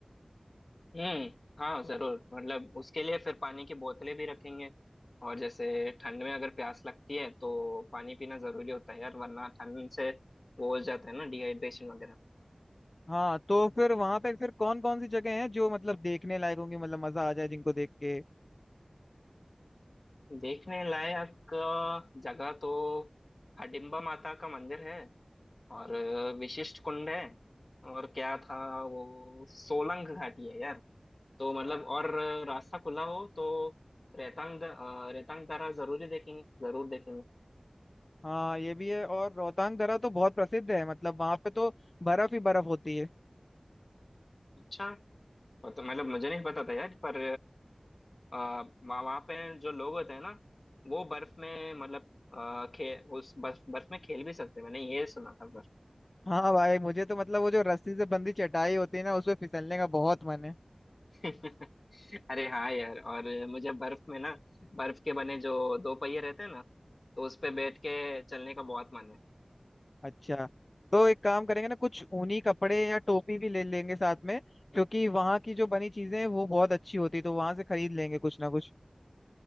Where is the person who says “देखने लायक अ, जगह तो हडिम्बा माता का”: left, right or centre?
Left